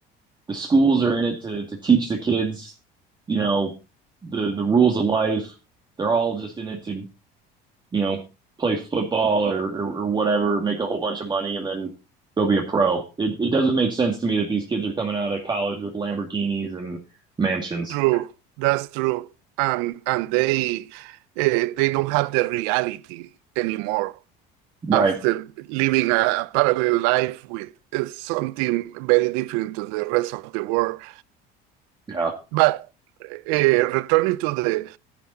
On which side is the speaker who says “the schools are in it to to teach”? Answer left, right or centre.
Right